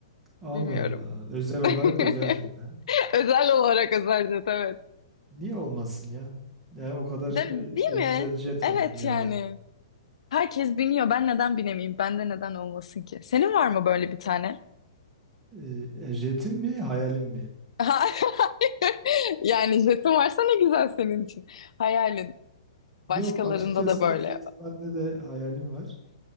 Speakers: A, in the centre; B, on the left.
A: Allah
B: Bilmiyorum.
A: Allah. Özel
B: <laughs>
A: olarak özel jet ha.
B: Özel olarak özel jet evet.
A: Niye olmasın ya? Yani o kadar
B: De,
A: ö-
B: değil
A: özel
B: mi?
A: jet
B: Evet
A: var dünyada.
B: yani. Herkes biniyor. Ben neden binemeyeyim? Bende neden olmasın ki? Senin var mı böyle bir tane?
A: Ee, e, jetim mi, hayalim mi?
B: <laughs> Hayır. Yani jetin varsa ne güzel senin için. Hayalin. Başkalarında
A: Yok açıkçası
B: da böyle.
A: ne jetim var ne de hayalim var.